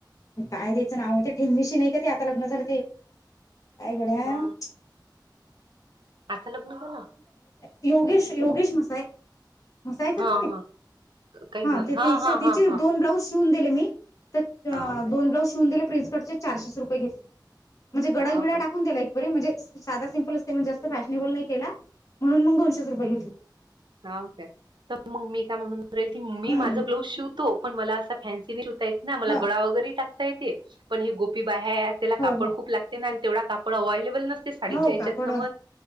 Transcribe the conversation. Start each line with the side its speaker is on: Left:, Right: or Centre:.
Left: काय त्याचं नाव ते ठेंगविशी नाही का ते आता लग्न झालं ते, कायकड <unintelligible>
Right: हा आता लग्न झालं.
Left: योगेश योगेश मसाय, हसायचं
Right: हा
Left: ना र
Right: हा काही
Left: हा
Right: म
Left: ते त
Right: हा
Left: तिचे
Right: हा हा
Left: दोन ब्लाज, शिवून दिले मी तर
Right: हा ओके
Left: दोन ब्लाउज शिवून दिले प्रिन्स कटचे चारशेच रुपये घेतले, म्हणजे गडा
Right: हा
Left: बिडाकून
Right: ओके
Left: दि एक बरी म्हणज सादा सिम्प असते मग जास्त फॅशनेबल नाही. म्हणून मग दोनशे रुपये घेतले.
Right: हाे तर मग मी काय म्हणूनेल की म मी
Left: हम्म
Right: माझं ब्लाउज शिव पण मला अस फन्सी य ना मला
Left: हा
Right: गळा वगैरे टाता येते पण हे गोपी बाहेर त्याला कापड
Left: हो हो
Right: खूप लागते ना आणि तेवढा कापड अवलेबल नस साडीच्या
Left: हो
Right: यांच्यात
Left: कापड
Right: समज